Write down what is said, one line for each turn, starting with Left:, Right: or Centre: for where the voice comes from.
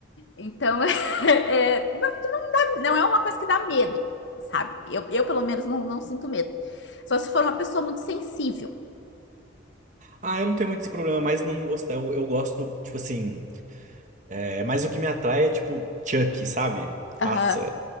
Left: Então, <laughs> é, não, é, não, é uma coisa que dá medo, sabe? Eu, eu pelo menos, não, não sinto medo. Só se for uma pessoa muito sensível.
Right: Ah, eu não tenho muito esse problema, mas não gosto. Eu, eu gosto, do, tipo assim, é mais o que me atrai é tipo Chucky, sabe?
Left: Aham.
Right: Nossa,